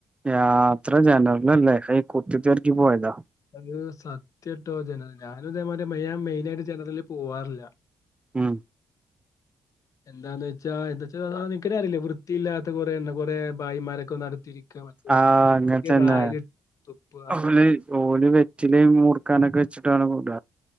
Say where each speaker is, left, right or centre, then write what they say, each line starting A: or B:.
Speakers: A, on the right; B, on the left.
A: യാത്ര ജനറലല്ലേ ഈ കുത്തിത്തർക്കി പോയതാ
B: അത് സത്യട്ടോ ജന ഞാനും ഇതേമാതരി മെയിനായിട്ട് ജനറിൽ പോവാറില്ല
A: മ്
B: എന്താന്ന് വെച്ചാ എന്താച്ചാൽ നിക്കനേ അറിയില്ല വൃത്തിയില്ലാത്ത കൊറെ കുറെ ഭായിമാരൊക്കെ നടത്തിയിരിക്കുക മറ്റേ
A: ആഹ് അങ്ങനതന്നെ
B: ഒക്കെ വായില് തുപ്പുക
A: ഓല് ഓല് വെറ്റില മൂർക്കാനൊക്കെ വെച്ചിട്ടാണ് കൂട